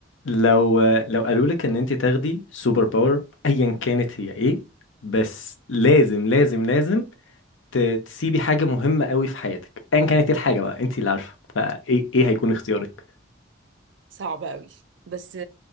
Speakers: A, on the left; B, on the right.
A: لو لو قالوا لك ان انت تاخدي سوبر باور ايا كانت هي ايه بس لازم لازم لازم ت- تسيبي حاجة مهمة قوي في حياتك ايا كانت ايه الحاجة بقى انت اللي عارفة فايه ايه هيكون اختيارك
B: صعب قوي بس